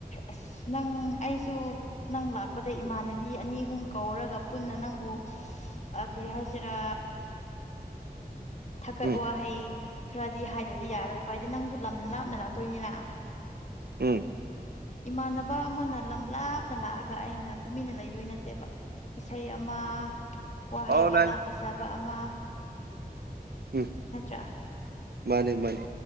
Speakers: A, on the left (about 45°); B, on the right (about 80°).
A: ꯑꯁ ꯅꯪ ꯑꯩꯁꯨ ꯅꯪ ꯂꯥꯛꯄꯗ ꯏꯃꯥꯟꯅꯕꯤ ꯑꯅꯤ ꯑꯍꯨꯝ ꯀꯧꯔꯒ ꯄꯨꯟꯅ ꯅꯪꯕꯨ ꯑ ꯀꯔꯤ ꯍꯥꯏꯁꯤꯔꯥ ꯊꯥꯀꯠ
B: ꯎꯝ
A: ꯋꯥꯍꯩ ꯈꯔꯗꯤ ꯍꯥꯏꯗꯗꯤ ꯌꯥꯔꯣꯏ ꯚ ꯍꯥꯏꯗꯤ ꯅꯪꯁꯨ ꯂꯝ ꯂꯥꯞꯅ ꯂꯥꯛꯇꯣꯏꯅꯤꯅ
B: ꯎꯝ
A: ꯏꯃꯥꯟꯅꯕ ꯑꯃꯅ ꯂꯝ ꯂꯥꯞꯅ ꯂꯥꯛꯑꯒ ꯑꯩꯅ ꯇꯨꯃꯤꯟꯅ ꯂꯩꯗꯣꯏ ꯅ ꯅꯦꯕ ꯏꯁꯩ ꯑꯃ ꯋꯥꯍꯩ
B: ꯑꯣ
A: ꯋꯥꯇꯥ
B: ꯂꯥꯛꯑꯦ
A: ꯐꯖꯕ ꯑꯃ
B: ꯎꯝ
A: ꯅꯠꯇ꯭ꯔꯥ
B: ꯃꯥꯅꯦꯃꯥꯅꯦ